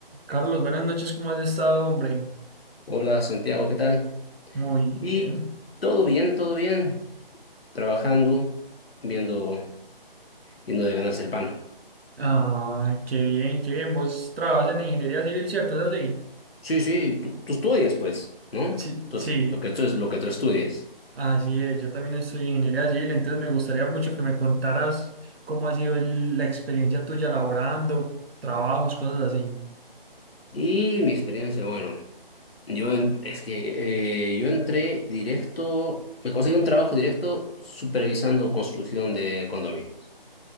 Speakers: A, on the right; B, on the left.
A: Carlos, buenas noches, ¿cómo has estado, hombre?
B: Hola Santiago, ¿qué tal?
A: Muy
B: Y
A: bien.
B: todo bien, todo bien, trabajando, viendo, viendo de ganarse el pan.
A: Ah, qué bien, qué bien. Vos trabajas en ingeniería civil, ¿cierto? ¿Es así?
B: Sí, sí, tú, tú estudias, pues, ¿no?
A: Sí,
B: Entonces,
A: sí,
B: lo que tú es lo que tú estudias.
A: así es. Yo también estoy en ingeniería civil, entonces me gustaría mucho que me contaras cómo ha sido el- la experiencia tuya laborando, trabajos, cosas así.
B: Y mi experiencia, bueno, yo en- es que eh, yo entré directo, me conseguí un trabajo directo supervisando construcción de condominios.